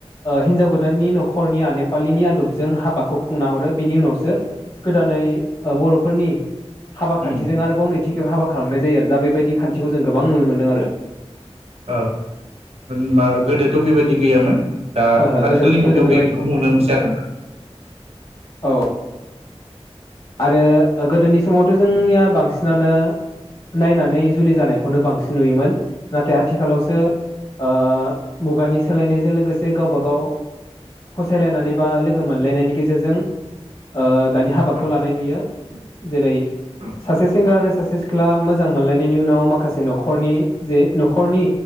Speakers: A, on the left; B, on the right.
A: हिनजाव गोदाननि न'खरनिया नेपालिनि आदबजों हाबाखौ खुंना हरो बिनि उनावसो गोदानै ओ बर'फोरनि हाबा खान्थिजों
B: उम
A: आरोबाव नैथि खेब हाबा खालामनाय जायो आरो दा बेबायदि खान्थिखौ जों गोबां नुनो मोनदों आरो
B: औ उम मा गोदोथ' बेबायदि गैयामोन दा
A: ओहो गोदो
B: आथिखालनि मुगायाव
A: गोदो बेबायदि
B: बेखौ नुनो मोनसै आरोना
A: औ आरो गोदोनि समावथ' जोंनिया
B: औ
A: बांसिन नानो नायनानै जुलि जानायखौनो बांसिन नुयोमोन नाथाय आथिखालावसो ओ मुगानि सोलायनायजों लोगोसे गावबा गाव फसायलायनानै बा लोगो मोनलायनायनि गेजेरजों ओ दानि खौ
B: औ
A: लानाय नुयो। जेरै
B: औ
A: सासे सेंग्रा आरो सासे सिखला मोजां मोनलायनायनि उनाव माखासे न'खरनि जे न'खरनि